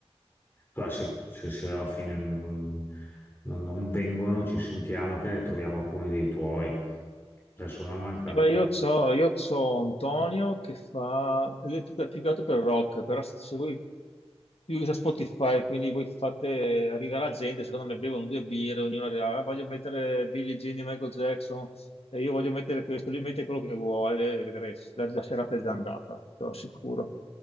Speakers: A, on the left; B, on the left.
A: cioè, se, se- se alla fine non, non- non vengono, ci sentiamo che ne troviamo alcuni dei tuoi. Adesso mi manca...
B: Vabbè,
A: ancora.
B: io c'ho, io c'ho Antonio che fa, lui è più, più che altro per rock, però se voi lui usa Spotify, quindi voi fate, arriva la gente, secondo me bevono due birre, ognuno dirà, "Ah, voglio mettere Billie Jean di Michael Jackson, e io voglio mettere questo, lui mette quello che vuole, e vedrai, la, la serata è già andata, te lo assicuro.